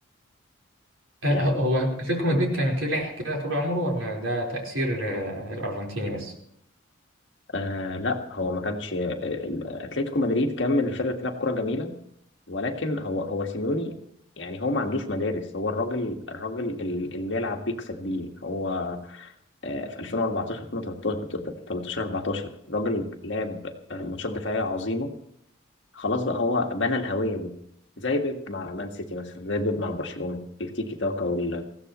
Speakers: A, on the right; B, on the left.
A: آه
B: يعني
A: هو أتلتيكو مدريد كان كلح كده طول عمره ولا ده تأثير آه الأرجنتيني بس؟
B: آه لا هو ما كانش آه، آه، اتلتيكو مدريد كان من الفرق اللي بتلعب كرة جميلة ولكن هو هو سيميوني يعني هو ما عندوش مدارس هو الراجل الراجل ال- اللي يلعب بيكسب بيه هو آه في 2014 2013 14 الراجل لعب آه، ماتشات دفاعية عظيمة خلاص بقى هو بنى الهوية دي زي بيب مع مان سيتي مثلا زي بيب مع برشلونة التيكي تاكا وال...